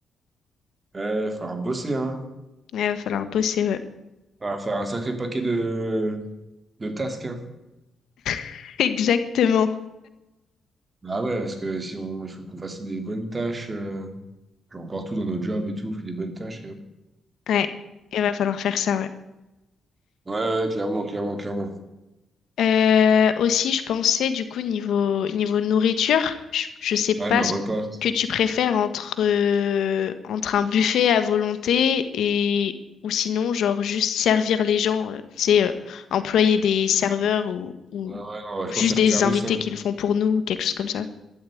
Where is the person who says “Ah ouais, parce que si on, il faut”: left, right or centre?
Right